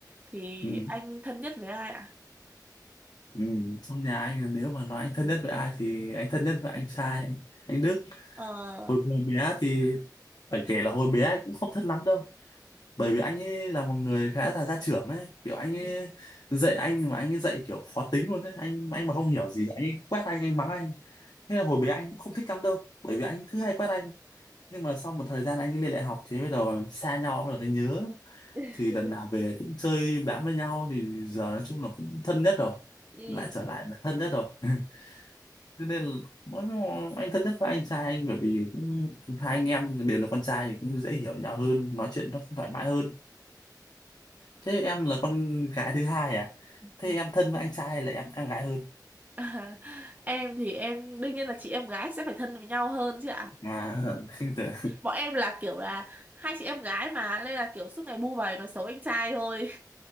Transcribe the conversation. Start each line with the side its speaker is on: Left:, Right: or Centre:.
Right: thì
Left: ừ
Right: anh thân nhất với ai ạ
Left: ừ trong nhà anh là nếu mà nói anh thân nhất với ai thì anh thân nhất với anh trai anh, anh Đức
Right: ờ
Left: hồi còn bé thì phải kể là hồi bé anh cũng không thân lắm đâu bởi vì anh ấy là một người khá là gia trưởng ấy kiểu anh ấy
Right: ừ
Left: dạy anh mà anh ấy dạy kiểu khó tính luôn đấy anh anh mà không hiểu gì anh ấy quát anh anh mắng anh thế là hồi bé anh cũng không thích lắm đâu bởi vì anh thứ hay quát anh nhưng mà sau một thời gian anh ấy lên đại học thì bắt đầu xa nhau bắt đầu thấy nhớ
Right: <laughs>
Left: thì lần nào về cũng chơi bám với nhau thì giờ nói chung là cũng thân nhất rồi
Right: ừ.
Left: lại trở lại là thân nhất rồi <laughs> Thế nên là mỗi- anh thân nhất với anh trai anh bởi vì cũng hai anh em đều là con trai thì cũng dễ hiểu nhau hơn nói chuyện nó cũng thoải mái hơn Thế em là con gái thứ hai à? Thế
Right: ừ
Left: em thân với anh trai hay là em em gái hơn?
Right: À, <laughs> em thì em đương nhiên là chị em gái sẽ phải thân với nhau hơn chứ ạ
Left: À, <laughs> không tưởng-
Right: bọn em là kiểu là hai chị em gái mà nên là kiểu suốt ngày bu vầy nói xấu anh trai thôi